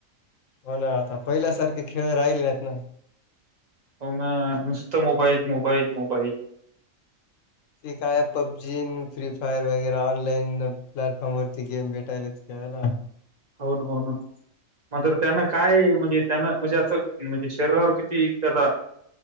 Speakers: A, on the left; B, on the right.
A: हो ना आता पहिल्यासारखे खेळ राहिले नाहीत ना.
B: हो ना नुसत मोबाईल मोबाईल मोबाईल.
A: ते काय पबजी अन् फ्री फायर वगैरे ऑनलाईन प्लॅटफॉर्म वरती गेम भेटायलेत. केला.
B: होन होना. मातर त्याना काय म्हणजे त्याना म्हणजे असं म्हणजे शरीरावर किती त्याचा